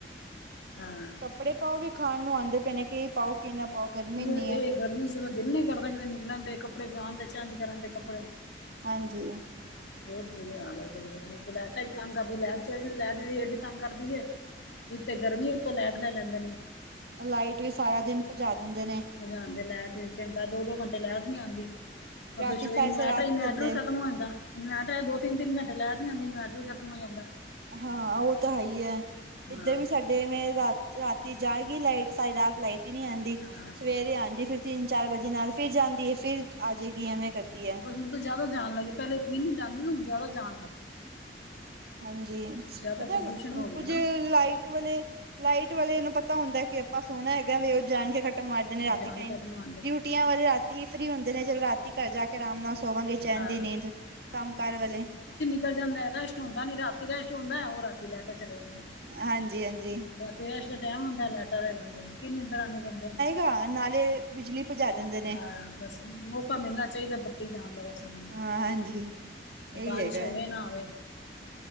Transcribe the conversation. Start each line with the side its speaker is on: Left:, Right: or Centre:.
Left: ਹਾਂ
Right: ਕੱਪੜੇ ਪਾਓ ਵੀ ਖਾਣ ਨੂੰ ਆਂਦੇ ਪਏ ਨੇ, ਕਿ ਇਹ ਪਾਓ ਕਿ ਨਾ ਪਾਓ ਗਰਮੀ
Left: ਉਹ
Right: ਇੰਨੀ
Left: ਤੇ
Right: ਹੈ
Left: ਗਰਮੀ ਚ ਦਿਲ ਨ ਕਰਦਾ ਕਿਤੇ ਨਿਕਲਣ ਦੇ ਕੱਪੜੇ ਪਾਣ ਦੇ ਚੇਂਜ ਕਰਨ ਦੇ ਕੱਪੜੇ
Right: ਹਾਂਜੀ।
Left: ਬਹੁਤ ਬੁੁਰੇ ਹਾਲ ਹੈ ਬਈ ਗਰਮੀ ਦੇ ਲੈਟਾ ਇੱਕ ਤੰਗ ਕਰਦੀ ਲੈ ਲੈਟ ਵੀ ਏਡੀ ਤੰਗ ਕਰਦੀ ਏ, ਜਿਥੇ ਗਰਮੀ ਉਤੋਂ ਲੈਟ ਲੈ ਲੈਂਦੇ ਨੇ
Right: ਲਾਈਟ ਤੇ ਸਾਰਾ ਦਿਨ ਭਜਾ ਦਿੰਦੇ ਨੇ
Left: ਜਦੇ ਲੈਟ ਤਿੰ ਦੋ-ਦੋ ਘੰਟੇ ਲੈਟ ਨੀ ਆਂਦੀ ਉਹ
Right: ਰਾਤੀ
Left: ਦਸ਼ਮੇ
Right: ਸਾਰੀ
Left: ਇਨਵੈਟਰ
Right: ਸਾਰੀ ਰਾਤ
Left: ਇਨਵੈਟਰ
Right: ਨੀ ਦਿੰਦੇ
Left: ਵੀ ਖ਼ਤਮ ਹੋ ਜਾਂਦਾ ਇਨਵੈਟਰ ਦੋ ਤਿੰਨ ਤਿੰਨ ਘੰਟੇ ਲੈਟ ਨਹੀਂ ਆਂਦੀ ਇਨਵਟਰ ਵੀ ਖਤਮ ਹੋ ਜਾਂਦਾ
Right: ਹਾਂ ਉਹ ਤਾਂ ਹੈ ਹੀ ਹੈ
Left: ਹਾਂ
Right: ਇੱਧਰ ਵੀ ਸਾਡੇ ਵੇਂ ਰਾ ਰਾਤੀ ਜਾਏਗੀ ਲਾਈਟ ਸਾਰੀ ਰਾਤ ਲਾਈਟ ਹੀ ਨਹੀਂ ਆਉਂਦੀ
Left: ਹਾਂ
Right: ਸਵੇਰੇ ਆਉਂਦੀ ਫਿਰ ਤਿੰਨ ਚਾਰ ਵਜੇ ਨਾਲ ਫਿਰ ਜਾਂਦੀ ਹੈ ਫਿਰ ਆ ਜੇਗੀ ਐਵੇਂ ਕਰਦੀ ਹੈ
Left: ਹੁਨ ਤੇ ਜ਼ਿਆਦਾ ਜਾਨ ਲੱਗੀ ਪਹਿਲੇ ਇਤਨੀ ਨੀ ਜਾਂਦੀ ਹੁਨ ਜ਼ਿਆਦਾ ਜਾਨ
Right: ਹਾਂਜੀ,
Left: ਜ਼ਿਆਦਾ
Right: ਪਤੈ,
Left: ਪ੍ਰਦੂਸ਼ਣ ਹੋ ਗਿਆ
Right: ਕੁੱਝ
Left: ਨਾ
Right: ਲਾਈਟ ਵਾਲੇ ਲਾਈਟ ਵਾਲੇ ਨੂੰ ਪਤਾ ਹੁੰਦਾ ਕਿ ਆਪਾਂ ਸੋਹਣਾ ਹੈਗਾ ਵੀ ਉਹ ਜਾਣ ਕੇ ਕੱਟ ਮਾਰਦੇ ਨੇ ਰਾਤੀ
Left: ਜਾਨ
Right: ਟਾਈਮ
Left: ਕਦਮ ਆਉਂਦੇ
Right: ਡਿਊਟੀਆਂ ਵਾਲੇ ਰਾਤੀ ਹੀ ਫ੍ਰਰੀ ਹੁੰਦੇ ਨੇ ਚਲੋ ਰਾਤੀ ਘਰ ਜਾ ਕੇ ਆਰਾਮ ਨਾਲ ਸੋ ਸੋਵਾਂਗੇ ਚੈਨ
Left: ਹਾਂ
Right: ਦੀ ਨੀਂਦ ਕੰਮ ਕਾਰ ਵਾਲੇ
Left: ਚਲ ਜਾਂਦਾ ਰੈਸ਼ਟ ਹੁੰਦਾ ਨੀ ਰਾਤੀ ਰੈਸ਼ਟ ਹੁੰਦਾ ਉਹ ਰਾਤੀ ਲੈਟ ਚਲੇ ਜਾਂਦੀ
Right: ਹਾਂਜੀ ਹਾਂਜੀ
Left: ਸਵੇਰ ਦੇ ਟਾਈਮ ਹੁੰਦਾ ਲਾਈਟਾਂ ਰਿਹੰਦੇ ਨੇ ਕੀ ਨੀਦਰ ਆਣੇ ਬੰਦੇ ਨੂਂ
Right: ਹਾ ਨਾਲੇ ਬਿਜਲੀ ਭਜਾ ਦਿੰਦੇ ਨੇ
Left: ਹਾਂ ਬਸ ਮੌਕਾ ਮਿਲਣਾ ਚਾਹੀਦਾ ਬੱਤੀ ਜਾਣ ਦਾ ਬਸ ਹ
Right: ਹਾਂ ਹਾਂਜੀ ਇਹੀ
Left: ਬਾਰਿਸ਼
Right: ਹੈਗਾ
Left: ਹੋਵੇ
Right: ਹੈ।
Left: ਨਾ ਹੋਵੇ